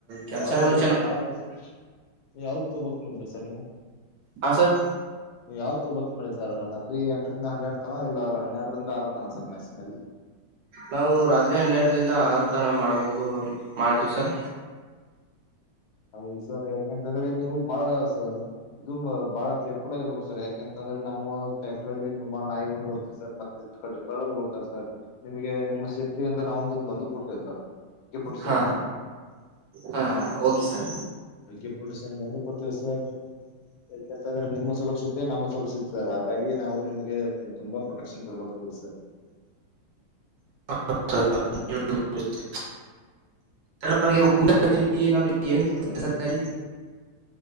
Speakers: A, on the right; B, on the left.
A: ಕೆಲ್ಸ
B: ಯಾವುವು
A: ಏನೋ ಚೆನ್ನ
B: ನೀ ಯಾವ್ದ ನೀ ಯಾವ್ದ ನೀ ಯಾವ್ದ ತೊಬೆಕ್ ಅಲ್ಲತ್ತಿರ್ ಸರ್ ನೀವು?
A: ಹಾ ಸರ್
B: ನೀವು ಯಾವ ತೊಬೆಕ್ ಮಾಡಿರಿ ಸರ್ ರಾತ್ರಿ ಎಂಟರಿಂದ ಹನ್ನೆಡ ತನ ಇಲ್ಲ್ರ ಹನ್ನೆರಡರಿಂದ ಆರ್ ತನ ಸರ್ ನಸ್ಕ್ನಲ್ಲಿ.
A: ನಾವು ರಾತ್ರಿ ಹನ್ನೆರ್ಡ್ರಿಂದಾ ಆರರ್ ತನ ಮಾಡ್ಬಹುದು ಮಾಡ್ತೀವ್ ಸರ್.
B: ಹೌದು ಸರ್ ಯಾಕಂತಂದ್ರೆ ನೀವು ಬಹಳ ಸ ಇದು ಬಹಳ ಕೇರ್ಫುಲ್ ಆಗಿರ್ಬೇಕು ಸರ್ ಯಾಕೆಂತಂದ್ರೆ ನಮ್ಮ ಫ್ಯಾಕ್ಟ್ರಲ್ಲಿ ತುಂಬಾ ನಾಯ್ಗಳು ಬರ್ತಿವೆ ಸರ್ ಮತ್ತೆ ಎ ಕಟ್ಟ ಕಳ್ಳರು ಬರ್ತಾರೆ ಸರ್ ನಿಮಗೆ ನಿಮ್ಮ ಸೇಫ್ಟಿ ಅಂತ ನಾವೊಂದು ಬಂದುಕ್ ಕೊಡ್ತೇವ ಸರ್ <unintelligible>
A: ಹಾ
B: ಸರ್.
A: ಹಾ ಹಾ okay sir
B: AK forty seven gun ಕೊಡ್ತಿವಿ ಸರ್ ಯಾಕೆಂತಂದ್ರೆ ನಿಮ್ಮ ಸುರಕ್ಷಿತೆ ನಮ್ಮ ಸುರಕ್ಷತೆ ಸರ್ ಹಾಗಾಗಿ ನಾವು ನಿಮಗೆ ತುಂಬಾ ಪ್ರೊಟೆಕ್ಷನ್ ಕೊಡ್ಬೇಕಾಗುತ್ತ ಸರ್.
A: <unintelligible> ನಾವ ಊಟಾತಿಂಡಿ <inaudible> ನಾವ ಏಲ್ಲಿ
B: ಸರ್ ನಿಮ್